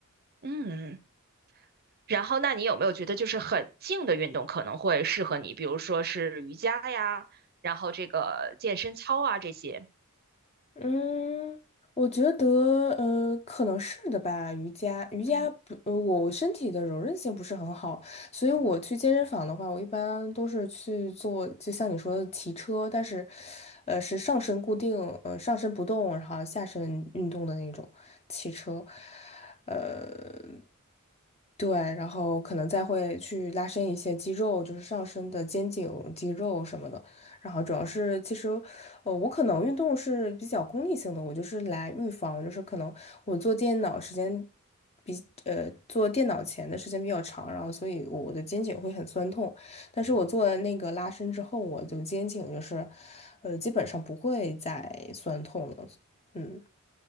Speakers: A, on the right (about 45°); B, on the left (about 30°).
A: 嗯。然后，那你有没有觉得就是很静的运动可能会适合你？比如说是瑜伽呀，然后这个健身操啊这些。
B: 嗯，我觉得呃，可能是的吧。瑜伽，瑜伽不，
A: 嗯。
B: 呃，我身体的柔韧性不是很好，所以我去健身房的话，我一般都是去做，就像你说的骑车，但是，呃，是上身固定，呃，上身不动，然后下身运动的那种骑车，呃，对，然后可能再会去拉伸一些肌肉，就是上身的肩颈肌肉什么的。然后主要是其实，呃，我可能运动是比较功利性的，我就是来预防，就是可能我做电脑时间比呃做电脑前的时间比较长，然后所以我的肩颈会很酸痛，但是我做了那个拉伸之后，我就肩颈就是，呃，基本上不会再酸痛了，嗯